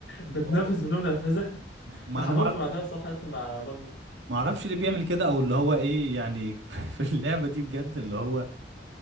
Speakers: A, on the left; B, on the right.
A: <laughs> بتنفذ
B: اه
A: منهم نرفزه <laughs>
B: ما
A: فحممت
B: انا ما أعرف-
A: بعدها بصراحه ادخل مع بندو
B: ما اعرفش ليه بيعمل كده او اللي هو ايه يعني <laughs> في اللعبة دي بجد اللي هو